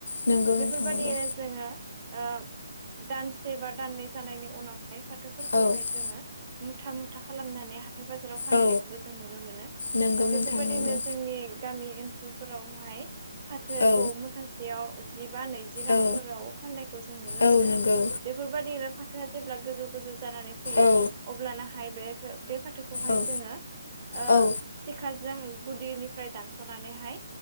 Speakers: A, on the left; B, on the right.
A: नंगौ नोंथां
B: बेफोरबायाददिनो
A: नंगौ
B: जोङो ओ दानसे बा दाननै जानायनि उनावहाय फाथोफोरखौहाय
A: औ
B: जोङो मुथा - मुथा खालामनानै हाथाय बाजाराव फानहैनायखौबो
A: औ
B: जों नुनो मोनो
A: नंगौ
B: बेफोरबायदिनो
A: नोंथां नंगौ
B: जोंनि गामि ओनसोलफोरावहाय फाथोखौ
A: औ
B: मुथासेयाव जिबा नैजि जि रांफोराव
A: औ
B: फाननायखौ जों नुनो
A: औ
B: मोनो
A: नंगौ
B: बेफोरबायदिनो फाथोआ जेब्ला गोजौ - गोजौ जानानै फैयो
A: औ
B: अब्लानाहाय बे बे फाथोखौहाय
A: औ
B: जोङो ओ
A: औ
B: सिखाजों गुदिनिफ्राय दानस'नानैहाय